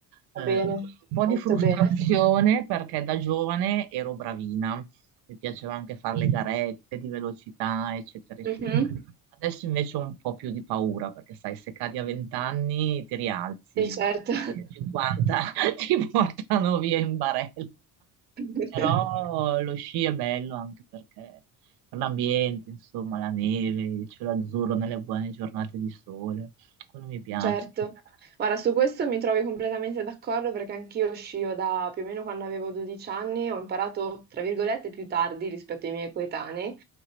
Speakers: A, on the right; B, on the right.
A: Eh,
B: Va bene,
A: un po'
B: molto
A: di frustrazione
B: bene.
A: perché da giovane ero bravina, mi piaceva anche fare le garette di velocità, eccetera, eccetera.
B: Mhm.
A: Adesso invece ho un po' più di paura perché sai, se cadi a 20 anni ti rialzi,
B: Sì, certo.
A: a 50 <laughs> ti portano via in barella.
B: <laughs>
A: Però lo sci è bello anche perché per l'ambiente, insomma, la neve, il cielo azzurro nelle buone giornate di sole, quello mi piace.
B: Certo, guarda, su questo mi trovi completamente d'accordo perché anch'io scio da più o meno quando avevo 12 anni, ho imparato, tra virgolette, più tardi rispetto ai miei coetanei,